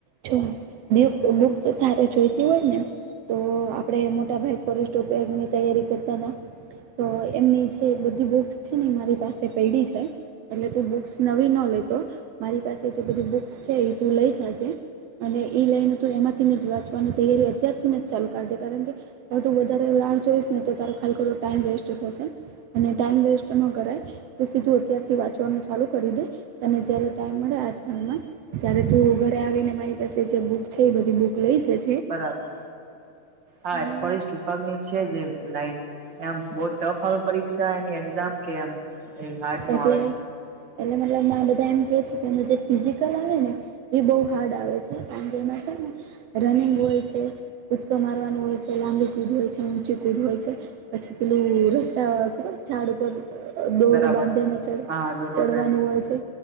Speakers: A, on the right; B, on the right.
A: જો બેવ બુક તારે જોઈ હોય ને તો આપણે મોટાભાઈ ફોરેસ્ટ ઉપયોગની તૈયારી કરતા હતા. તો એમની જે બધી બુક્સ છે ને મારી પાસે પયડી છે. એટલે તું બુક્સ નવી ન લેતો મારી પાસે જે બધી બુક્સ છે એ તું લઈ જા જે. અને એ લઈને તો એમાંથીને જ વાંચવાની તૈયારી અત્યારથીને જ ચાલુ કરી દે કારણ કે <unintelligible> વધારે રાહ જોઈશ ને તો તારો ખાલી ખોટો ટાઈમ વેસ્ટ થશે. અને ટાઈમ વેસ્ટ ન કરાય તો સીધું અત્યારથી વાંચવાનું ચાલુ કરી દે તને જયારે ટાઈમ મળે આજકાલમાં ત્યારે તું ઘરે આવી ને મારી પાછે જે બુક છે એ બધી બુક લઈ છે.
B: બરાબર હા
A: અને
B: ફોરેસ્ટ વિભાગની છે જે લાઈન એમ બો ટફ આવે પરીક્ષા એની એક્ઝામ કે એમ. એ હાર્ડ
A: એટલે
B: નો આવે
A: એટલે મતલબ માં બધા એમ કે છે કે એનું જે ફિઝિકલ આવેને એ બો હાર્ડ આવે છે. કારણ કે એમાં છે ને રનિંગ હોય છે. કૂદકો મારવાનું હોય છે, લાંબી કૂદ હોય છે, ઊંચી કૂદ હોય છે. પછી પેલું રસતા ખબર ઝાડ ઉપર દોડ
B: બરાબર
A: બા ચડવાનું
B: હા દરોડ
A: હોય છે.